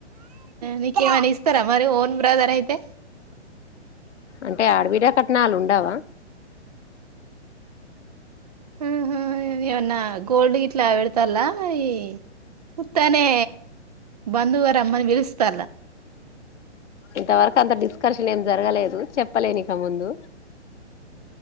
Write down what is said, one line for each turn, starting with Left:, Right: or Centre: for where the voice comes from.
Right: నీకేమైనా ఇస్తారా మరి ఓన్ బ్రదర్ అయితే
Left: అంటే ఆడబిడ్డ కట్నాలు ఉండవా
Right: ఉహుహ్మ్ ఏమన్నా గోల్డ్ గిట్లా వెడతలా ఈ ఉత్తానే బంధువరమ్మని పిలుస్తాన్లా
Left: ఇంతవరకు అంత డిస్కార్షన్ ఏం జరగలేదు. చెప్పలేన్ ఇక ముందు